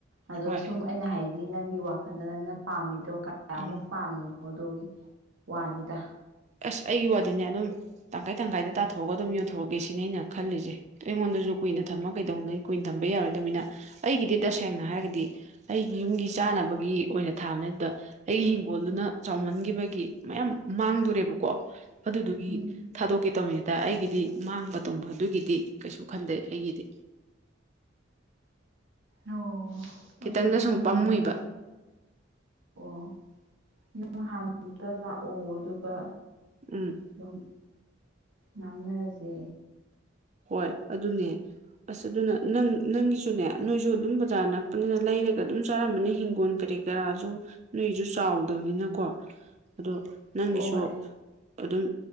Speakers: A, on the right (about 85°); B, on the right (about 35°).
A: ꯑꯗꯣ
B: ꯍꯣꯏ
A: ꯁꯨꯝ ꯑꯩꯅ ꯍꯥꯏꯗꯤ ꯅꯪꯒꯤ ꯋꯥꯈꯜꯗ ꯅꯪꯅ ꯄꯥꯝꯃꯤꯗꯣ ꯀꯌꯥꯃꯨꯛ
B: ꯎꯝ
A: ꯄꯥꯝꯃꯤꯅ ꯑꯣꯒꯤ ꯋꯥꯅꯤꯗ
B: ꯑꯁ ꯑꯩꯒꯤ ꯋꯥꯗꯤꯅꯦ ꯑꯗꯨꯝ ꯇꯪꯈꯥꯏ ꯇꯪꯈꯥꯏꯗ ꯇꯥꯊꯣꯛꯑꯒ ꯑꯗꯨꯝ ꯌꯣꯟꯊꯣꯛꯑꯒꯦ ꯁꯤꯅꯦ ꯑꯩꯅ ꯈꯜꯂꯤꯁꯦ ꯑꯩꯉꯣꯟꯗꯁꯨ ꯀꯨꯏꯅ ꯊꯝꯃ ꯀꯩꯗꯧꯅꯩ ꯀꯨꯏꯅ ꯊꯝꯕ ꯌꯥꯔꯣꯏꯗꯝꯅꯤꯅ ꯑꯩꯒꯤꯗꯤ ꯇꯁꯦꯡꯅ ꯍꯥꯏꯔꯒꯗꯤ ꯑꯩꯒꯤ ꯌꯨꯝꯒꯤ ꯆꯥꯅꯕꯒꯤ ꯑꯣꯏꯅ ꯊꯥꯕꯅꯦ ꯑꯗꯨꯗ ꯑꯩꯒꯤ ꯍꯤꯡꯒꯣꯜꯗꯨꯅ ꯆꯥꯎꯃꯟꯈꯤꯕꯒꯤ ꯃꯌꯥꯝ ꯃꯥꯡꯗꯣꯔꯦꯕ ꯀꯣ ꯑꯗꯨꯗꯨꯒꯤ
A: ꯎꯝ
B: ꯊꯥꯗꯣꯛꯀꯦ ꯇꯝꯃꯦ ꯑ ꯗ ꯑꯩꯒꯤꯗꯤ ꯃꯥꯡꯕ ꯇꯣꯡꯕ ꯑꯗꯨꯒꯤꯗꯤ ꯀꯩꯁꯨ ꯈꯟꯗꯦ ꯑꯩꯒꯤꯗꯤ
A: ꯑꯣ
B: ꯈꯤꯇꯪꯗ
A: ꯑꯗꯨꯗꯤ
B: ꯁꯨꯝ
A: ꯅꯪ
B: ꯄꯥꯝꯃꯨꯏꯕ
A: ꯍꯥꯟꯅ ꯑꯣ ꯅꯪ ꯍꯥꯟꯅ ꯑꯝꯇ ꯂꯥꯛꯑꯣ ꯑꯗꯨꯒ
B: ꯎꯝ
A: ꯑꯗꯨꯝ ꯉꯥꯡꯅꯔꯁꯦ
B: ꯍꯣꯏ ꯑꯗꯨꯅꯦ ꯑꯁ ꯑꯗꯨꯅ ꯅꯪ ꯅꯪꯒꯤꯁꯨꯅꯦ ꯅꯣꯏꯁꯨ ꯑꯗꯨꯝ ꯕꯖꯥꯔ ꯅꯛꯄꯅꯤꯅ ꯂꯩꯔꯒ ꯑꯗꯨꯝ ꯆꯥꯔꯝꯕꯅꯤ ꯍꯤꯡꯒꯣꯟ ꯀꯔꯤ ꯀ ꯀꯔꯥꯁꯨ ꯅꯣꯏꯁꯨ ꯆꯥꯎꯗꯕꯅꯤꯅꯀꯣ ꯑꯗꯣ ꯅꯪꯒꯤꯁꯨ
A: ꯍꯣꯏ
B: ꯑꯗꯨꯝ